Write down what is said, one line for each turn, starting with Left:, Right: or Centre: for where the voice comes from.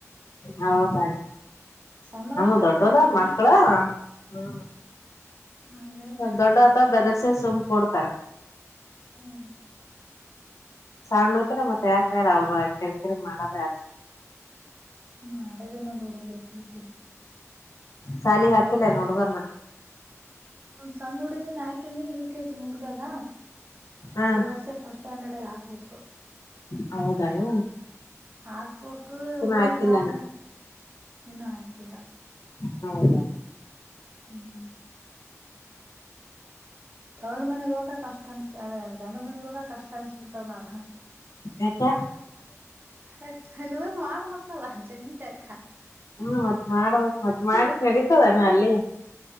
Left: ಹೌದ
Right: ಸಣ್ಣ
Left: ನಮ್ಮ
Right: ವಾತಾವಲ್ಲ
Left: ದೊಡ್ಡದ
Right: ಹುಡುಗರು
Left: ಮಕ್ಕಳ ಹ್ಮ
Right: ಹಂಗಾಗಿ
Left: ಸ
Right: ನಡೀತದ
Left: ದೊಡ್ಡ ಅತ ಬೆದ್ರುಸಿದ್ರು ಕೊಡ್ತಾರೆ
Right: ಹ್ಮ್
Left: ಸಣ್ಣೋತ್ ನಮ್ಮ ತಕಾಯಾಲ ಅವ ಕಿರಿ ಕಿರಿಮಾಡೋದೇ <inaudible>
Right: ಮಾಡೋದನ್ನೋ ನೋಡು ಬುರ್ಕಿಕ್ಕೀರಿ
Left: ಸಾಲಿ ಕಾಕಿಲ್ಲ ನೋಡುಗರಣ
Right: ಒಂದ್ ಸಣ್ ಹುಡ್ಗಿನ ಹಾಕಿನೀ ಇವ್ ಕೆಜಿ ಮುಗ್ದದ
Left: ಹಾ
Right: ಈ ವರ್ಷ ಫಸ್ಟ್ ಸ್ಟ್ಯಾಂಡರ್ಡ್ಗೆ ಹಾಕ್ಬೇಕು
Left: ಹೌದನು
Right: ಹಾಕ್ಬಕ್ ಊರಿಗ್
Left: ಹಾಕಿಲ್ಲಾನ
Right: ಬಾಂತ ಚನ್ನ ಹಾಕಿಲ್ಲ
Left: ಹೌದಾ
Right: ಹ್ಮ್ ತವ್ರ ಮನೆಗ್ ಹೋಗಕ ಕಷ್ಟ ಅನ್ಸ ಅದ ಗಂಡ ಮನೆಗ್ ಹೋಗಕ ಕಷ್ಟ ಅನ್ಸ ಬಿಡ್ತದ ನಾಳ
Left: ಯಾಕೆ
Right: ಅ ಅಲ್ಲಿ ಮಾಡ್ಬೇಕಲ್ಲ ಚೆನ್ತ್ ಅಕ
Left: ಹ್ಮ್ ಮತ್ತ ಮಾಡಬೇಕ ಮ ಮಾಡಲಿ ನಡೀತದಾನ ಅಲ್ಲಿ